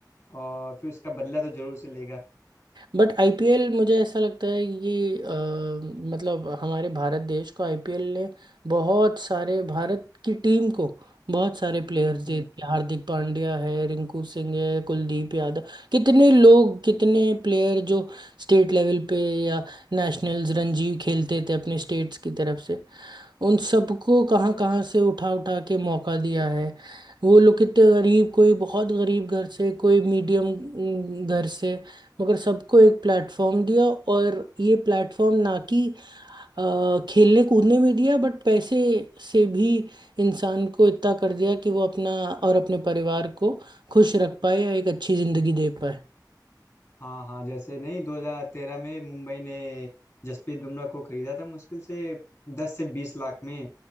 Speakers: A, on the left; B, on the right.
A: और फिर उसका बदला तो जरूर से लेगा
B: बट आईपीएल मुझे ऐसा लगता है कि अ, मतलब हमारे भारत देश को आईपीएल ने बहुत सारे भारत की टीम को बहुत सारे प्लेयर्स दे
A: हम्म,
B: दिए हार्दिक पांड्या है रिंकू सिंह है कुलदीप यादव कितने लोग कितने प्लेयर जो स्टेट लेवल पे या नेशनल्स रणजी खेलते थे अपने स्टेट्स की तरफ से उन सबको कहाँ कहाँ से उठा उठा के मौका दिया है वो लोग कितने गरीब कोई बहुत गरीब घर से कोई मीडियम घर से मगर सबको एक प्लेटफॉर्म दिया और ये प्लेटफॉर्म ना कि अ, खेलने कूदने में दिया बट पैसे से भी इंसान को इतना कर दिया कि वो अपना और अपने परिवार को खुश रख पाए या एक अच्छी जिंदगी दे पाए
A: हाँ हाँ जैसे नहीं 2013 में मुंबई ने जसप्रीत बुमराह को खरीदा था मुश्किल से 10 से 20 लाख में